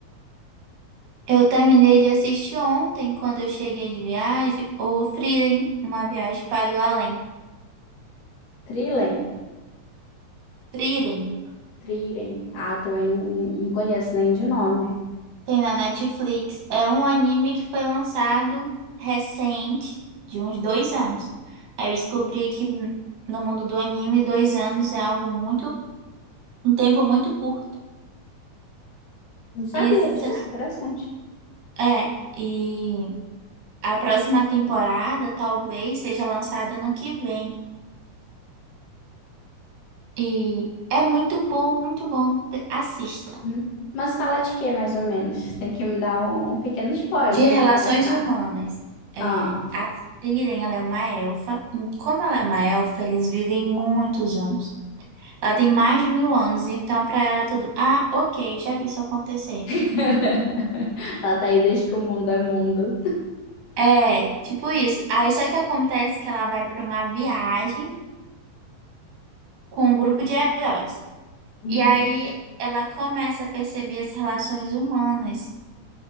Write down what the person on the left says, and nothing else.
Trilem.
Triren. Ah, também não, não conheço nem de nome.
Não sabia
disso, interessante.
Uhum. Mas fala de quê, mais ou menos? Tem que me dar um pequeno spoiler
pra
me interessar.
Ah.
<laughs> Ela tá aí desde que o mundo é mundo.
Uhum.